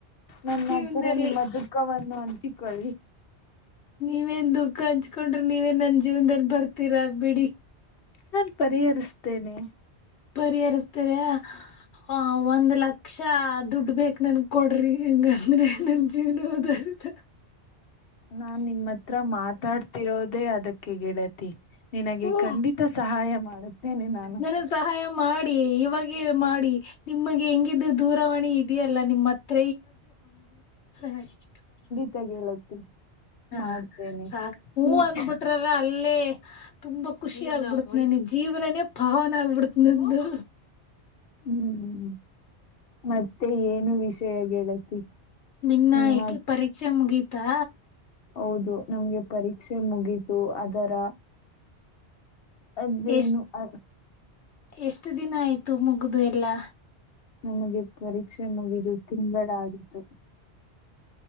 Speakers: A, on the left; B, on the left.
A: ನನ್ನ
B: ಜೀವನದಲ್ಲಿ
A: ಹತ್ರರ ನಿಮ್ಮ ದುಃಖವನ್ನು ಹಂಚಿಕೊಳ್ಳಿ.
B: ನೀವೇನ್ ದುಃಖ ಹಂಚ್ಕೊಂಡ್ರೆ ನೀವೇ ನನ್ ಜೀವನ್ದಲ್ಲಿ ಬರ್ತೀರಾ ಬಿಡಿ.
A: ನಾನ್ ಪರಿಹರಿಸ್ತೇನೆ
B: ಪರಿಹರಿಸ್ತಾರೆ ಹಾ ಒಂದ್ ಲಕ್ಷ ದುಡ್ಡು ಬೇಕ ನನ್ ಕೊಡ್ರಿ ಹೆಂಗಂದ್ರೆ ನನ್ ಜೀವ್ನ ಹುದ್ದಾರ <unintelligible>
A: ನಾ ನಿಮ್ಮ ಹತ್ರ ಮಾತಾಡ್ತಿರೋದೇ ಅದಕ್ಕೆ ಗೆಳತಿ ನಿನಗೆ
B: ಹ್ಮ
A: ಖಂಡಿತ ಸಹಾಯ ಮಾಡುತ್ತೇನೆ ನಾನು.
B: ನನಗ್ ಸಹಾಯ ಮಾಡಿ ಇವಾಗ ಮಾಡಿ ನಿಮಗೆ ಹೆಂಗಿದ್ರ ದೂರವಾಣಿ ಇದೆಯಲ್ಲ ನಿಮ್ಮತ್ತ <unintelligible>
A: <unintelligible>
B: ಹೂ
A: ಮಾಡ್ತೇನೆ
B: ಸಾಕ ಹೂ
A: ನಿಮ್
B: ಅಂದಬಿಟ್ರಲ್ಲ ಅಲ್ಲೇ ತುಂಬಾ ಖುಷಿ ಆಗ್ಬಿಡ್ತೇ ನಿ ಜೀವನನೇ ಪಾವನ ಆಗಬಿಡ್ತನಂದು
A: ಹ್ಮ್ ಮತ್ತೆ ಏನು ವಿಷಯ ಗೆಳತಿ
B: ನಿನ್ನ
A: ನಿಮ್ಮ
B: ಎಕೆ ಪರೀಕ್ಷೆ ಮುಗೀತಾ
A: ಹೌದು ನಮ್ಗೆ ಪರೀಕ್ಷೆ ಮುಗಿತು ಅದರ ಅದೇನು
B: ಎಷ್ಟ
A: ಅ
B: ಎಷ್ಟು ದಿನ ಆಯ್ತು ಮುಗ್ದ ಎಲ್ಲಾ
A: ನಮಗೆ ಪರೀಕ್ಷೆ ಮುಗಿದು ತಿಂಗಳ ಆಗಿತು.